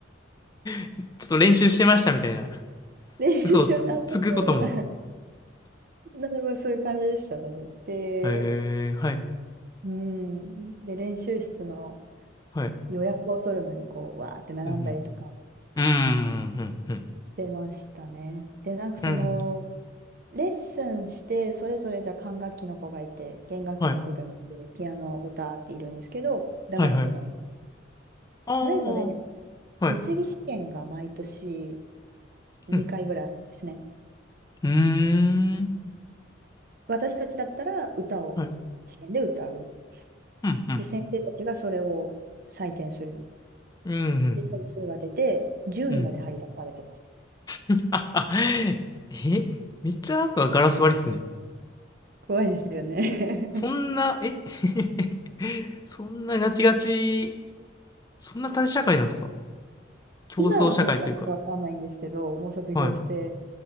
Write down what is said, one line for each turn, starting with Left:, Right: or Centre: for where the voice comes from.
Left: <laughs> ちょっと練習してましたみたいな、
Right: <laughs> 練習しよう、
Left: 嘘をつく、
Right: あ、そうそうみたいな。
Left: つくことも。
Right: なるほどそういう感じでしたね。で、
Left: へえ、はい、
Right: うん。で、練習室の
Left: はい。
Right: 予約を取るのに、こう、わーって並んだりとか
Left: うん、うん、うん、うん、
Right: してましたね。で、なんかその、
Left: うん、うん
Right: レッスンして、それぞれじゃあ管楽器の子がいて、弦楽器の子がいて、
Left: はい、
Right: ピアノ、歌っているんですけど、打楽器もいる。
Left: はい、はい。あ
Right: それぞれ
Left: あ、
Right: 実技試験が毎年
Left: はい、
Right: 2回ぐらいあるんですね。
Left: うん、うーん、
Right: 私たちだったら歌を試験で歌う。
Left: はい、うん、うん、
Right: で、先生たちがそれを採点する。
Left: うん、うん。
Right: で、点数が出て、1位まで張り出されてました。
Left: うん <laughs> ああえ、めっちゃなんかガラス張りっすね。
Right: 怖いですよね
Left: そんな、え <laughs> そんなガチガチ、そんな縦社会なんですか
Right: <laughs>
Left: 競争社会というか。
Right: 今はどうかちょっとわかんないんですけど、もう卒業して、
Left: はい。